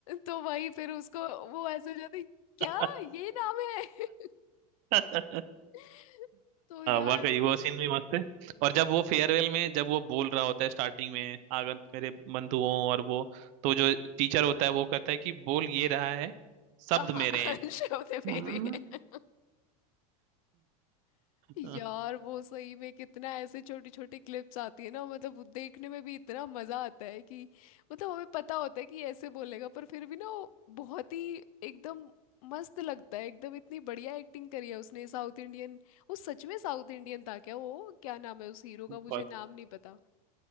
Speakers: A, on the left; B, on the right.
A: तो वही फिर उसको वो ऐसे हो जाती क्या
B: <laughs>
A: ये नाम है
B: हाँ
A: <laughs> तो यार
B: वाकई वो सीन भी मस्त है और जब वो फेयरवेल में जब वो बोल रहा होता है स्टार्टिंग में आगंत मेरे बंधुओं और वो तो जो टीचर होता है वो कहता है कि बोल ये रहा है शब्द
A: हाँ
B: मेरे
A: <laughs>
B: हैं
A: शब्द मेरे
B: हाँ
A: हैं।
B: अ,
A: यार वो सही में कितना ऐसे छोटी छोटी क्लिप्स आती है ना मतलब वो देखने में भी इतना मजा आता है कि मतलब हमें पता होता है कि ऐसे बोलेगा पर फिर भी ना वो बहुत ही एकदम मस्त लगता है एकदम इतनी बढ़िया एक्टिंग करी है उसने साउथ इंडियन वो सच में साउथ इंडियन था क्या वो क्या नाम है उस हीरो का मुझे
B: पर-
A: नाम नहीं पता